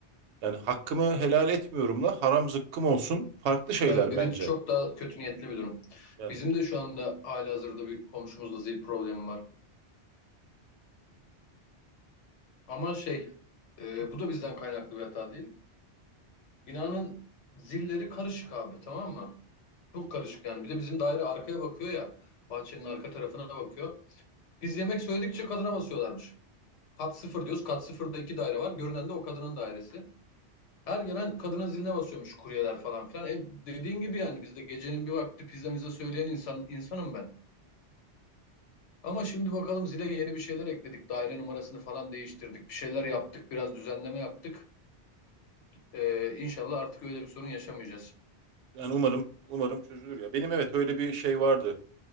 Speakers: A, on the right; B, on the left.
A: Yani hakkımı helal etmiyorumla haram zıkkım olsun farklı şeyler
B: Tabii biri
A: bence.
B: çok daha kötü niyetli bir durum.
A: Yani
B: Bizim de şu anda halihazırda bir komşumuzla zil problemi var. Ama şey, e, bu da bizden kaynaklı bir hata değil. Binanın zilleri karışık abi, tamam mı? Çok karışık yani. Bir de bizim daire arkaya bakıyor ya. Bahçenin arka tarafına bakıyor. Biz yemek söyledikçe kadına basıyorlarmış. Kat sıfır diyoruz. Kat sıfırda iki daire var. Görünen de o kadının dairesi. Her gelen kadının ziline basıyormuş kuryeler falan filan. E, dediğin gibi yani biz de gecenin bir vakti pizzamıza söyleyen insan insanım ben. Ama şimdi bakalım zile yeni bir şeyler ekledik. Daire numarasını falan değiştirdik. Bir şeyler yaptık. Biraz düzenleme yaptık. Ee, inşallah artık öyle bir sorun yaşamayacağız.
A: yani umarım umarım çözülür ya. Benim evet öyle bir şey vardı.